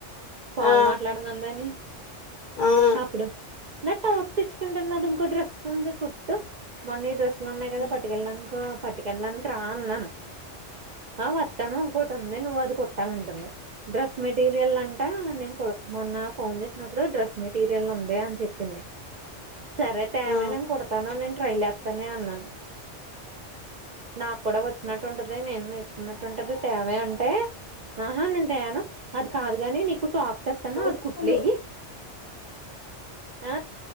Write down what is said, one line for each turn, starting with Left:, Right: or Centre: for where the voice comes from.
Right: కాల్
Left: ఆ
Right: మాట్లాడుమందని
Left: అవును
Right: అప్పుడు న ట ఒ తెచ్చుకుంటన్నా అది ఇంకో డ్రెస్ అంది కుట్టు మనీ డ్రెస్ పలున్నాయిదా
Left: ఆ
Right: పట్టుకళ్ళడానికి పట్టుకెళ్డానికి రా అన్నాను ఆ వత్తనుంకోటను నువ్వు అది కొట్టాలంటుంది డ్రెస్ మెటీరియల్ంట నేను మొన్న ఫోన్ చేసినప్పుడు డ్రెస్ మెటీరియల్ ఉంది అదే అని చెప్పింది సరే తేవ
Left: ఆ
Right: నేను కుడతానుో నేను ట్రైలే అనే అన్నాను నాకు కూడా వచ్చినట్టు ఉంటది నేను నేర్చుకున్నట్టు ఉంటది తేవే అంటే ఆహా నేను తేను అది కాదు కాని నీ కుట స్తాను
Left: అయ్యో
Right: అది కుట్లేయ్యి ఆ